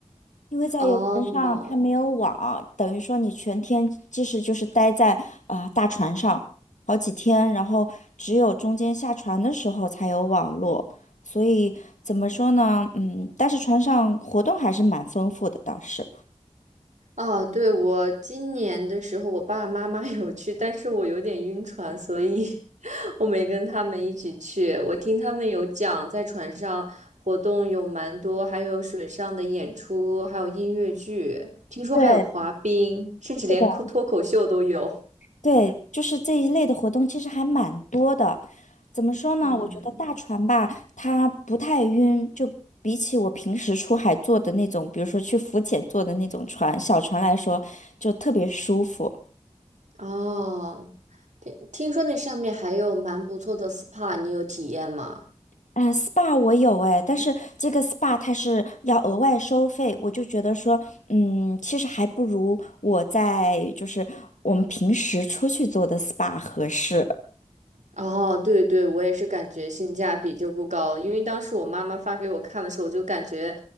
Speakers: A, on the left; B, on the right.
A: 因为在游轮上它没有网，
B: 哦，
A: 等于说你全天即使就是待在啊、呃大船上好几天，然后只有中间下船的时候才有网络，所以怎么说呢？嗯，但是船上活动还是蛮丰富的，倒是。
B: 啊，对，我今年的时候，我爸爸妈妈 <laughs> 有去，但是我有点晕船，所以 <laughs> 我没跟他们一起去。我听他们有讲，在船上活动有蛮多，还有水上的演出，还有音乐剧，听说还有滑冰，
A: 对，
B: 甚至连脱脱口秀都有。
A: 是的。对，就是这一类的活动其实还蛮多的。怎么说呢？
B: 嗯，
A: 我觉得大船吧，它不太晕，就比起我平时出海坐的那种，比如说去浮潜坐的那种船，小船来说，就特别舒服。
B: 哦，听听说那上面还有蛮不错的 SPA，你有体验吗？
A: 嗯，SPA 我有哎，但是这个 SPA 它是要额外收费，我就觉得说，嗯，其实还不如我在就是我们平时出去做的 SPA 合适。
B: 哦，对对，我也是感觉性价比就不高，因为当时我妈妈发给我看的时候，我就感觉